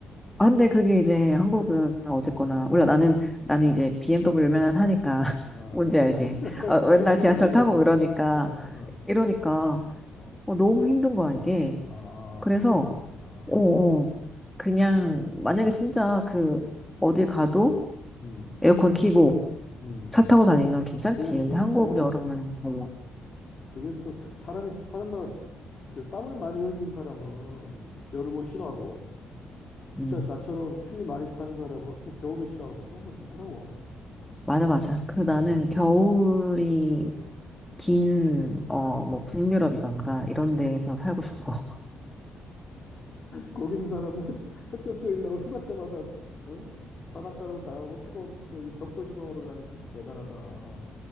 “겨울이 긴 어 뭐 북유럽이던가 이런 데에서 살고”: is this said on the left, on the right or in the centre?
Centre